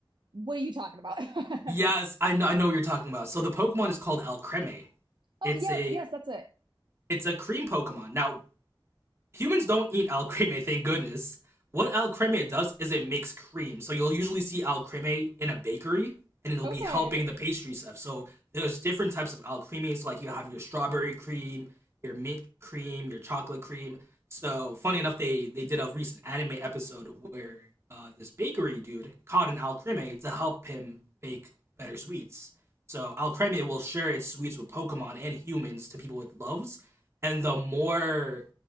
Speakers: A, on the right; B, on the right.
A: what are you talking about?
B: yes,
A: <laughs>
B: I know. I know what you're talking about. So the Pokemon is called Alcremie.
A: Oh,
B: It's
A: yes,
B: a
A: yes, that's it.
B: it's a cream Pokemon. Now humans don't eat al creme, thank goodness. What al creme does is it makes cream. So you'll usually see al creme in a bakery, and it'll
A: Okay.
B: be helping the pastry stuff. So there's different types of al creme. So like you have your strawberry cream, your mint cream, your chocolate cream. So funny enough, they they did a recent anime episode where uh, this bakery dude caught an al creme to help him bake better sweets. So Alcremie will share its sweets with Pokemon and humans to people it loves, and the more